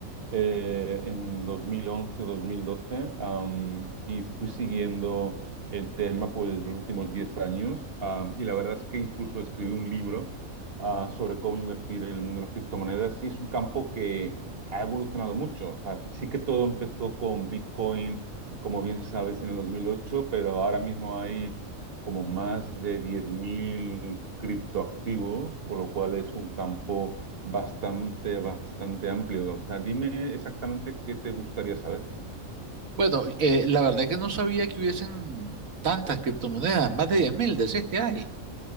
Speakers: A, on the right; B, on the right.
A: eh, en 2011, 2012, am, y fui siguiendo el tema pues los últimos 10 años. am, y la verdad es que incluso escribí un libro ah, sobre cómo invertir en el mundo de las criptomonedas. Y es un campo que ha evolucionado mucho. O sea, sí que todo empezó con Bitcoin como bien sabes, en el 2008, pero ahora mismo hay como más de 10.000 criptoactivos, con lo cual es un campo bastante, bastante amplio. O sea, dime exactamente qué te gustaría saber.
B: Bueno, eh, la verdad que no sabía que hubiesen tantas criptomonedas, más de 10.000, decís que hay.